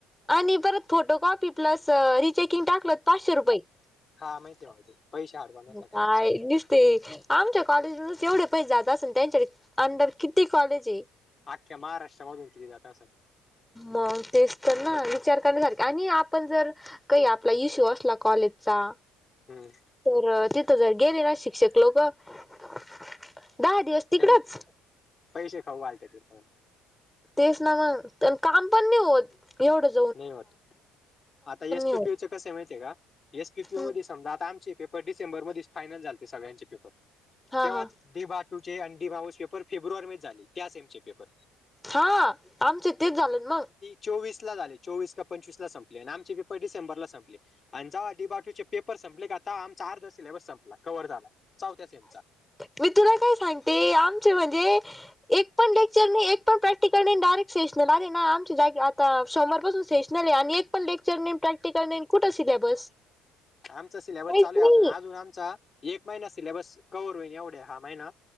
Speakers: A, in the centre; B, on the left.
A: आणि परत फोटोकॉपी प्लस रिचेकिंग टाकलं पाचशे रुपये.
B: हा माहितीय
A: <unintelligible>
B: मला ते पैसे हडपण्यासाठी
A: काय
B: असंच करतात.
A: दिसते, आमच्या कॉलेजच तेवढे पैसे जातात ना त्यांच्या अंडर किती कॉलेज आहे,
B: आख््या महाराष्ट्राधून की ती जात असंण
A: मग तेच तर ना विचार करण्यासारखे आणि आपण जर. काही आपला इशू असला कॉलेजचा
B: हम्म,
A: तर तिथं जर गेले ना शिक्षक लोक दहा दिवस तिकडच
B: त्यांना पैसे खाऊ घालतात तिथं.
A: तेच ना मग काम पण नाही होत एवढंच
B: नाही होत आता एस पी
A: होत
B: पी यू चा कसं आहे माहितीय का एस पी पी यू
A: हम्म
B: च्या मध्ये समजा आता आमचे पेप पर डिसेंबर मध्ये फायनल झालते सगळ्यांचे पेपर
A: हा
B: तेव्हाच
A: हा
B: डी बा टू चे आणि डी बाऊस पेपर फेब्रुवारी मध्ये झाले त्यास आहे आमचे पेपर.
A: हा आमच तेच झालंन मग.
B: चोवीसला झाले चोवीस का पंचवीस ला संपले आणि आमचे पेपर डिसेंबरला संपले. आणि जावा डी बाटू चे पेपर संपले का आता आमचा अर्धा सिलेबस संपला कव्हर झाला चौथ्या सेमचा.
A: मी तुला काय सांगते आमचे म्हणजे एक पण लेक्चर नाही एक पण प्रॅक्टिकल नाही डायरेक्ट सेशनल आले ना आमची जागे आता सोमवार पासून सेश नल आहे आणि एक पण लेक्चर नाही प्रॅक् क्टिकल नाही कुठं सिलेबस
B: आमचा सिलेबस
A: काहीच
B: चालू
A: नाही
B: आहे अजून अजून आमचा एक महिना सिलेबस कवर होईन एवढ्या हा महिना